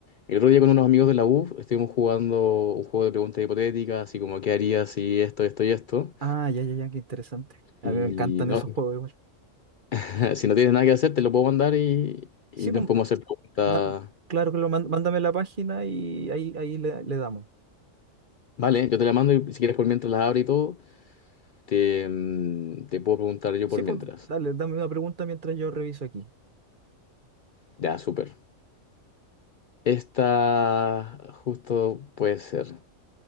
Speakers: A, on the left; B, on the right.
A: el otro día con unos amigos de la U estuvimos jugando un juego de preguntas hipotéticas, así como, ¿qué harías si esto, esto y esto?
B: Ah, ya, ya, ya, qué interesante. A
A: Y
B: mí me encantan
A: no,
B: esos juegos igual.
A: <laughs> Si no tienes nada que hacer, te lo puedo mandar y, y
B: Sí,
A: nos
B: pues,
A: podemos hacer preguntas.
B: ma- claro, claro, man- mándame la página y ahí, ahí le, le damos.
A: Vale, yo te la mando y si quieres por mientras la abro y todo, te, mm, te puedo preguntar yo
B: Sí,
A: por
B: pues,
A: mientras.
B: dale, dame una pregunta mientras yo reviso aquí.
A: Ya, súper. Esta justo puede ser.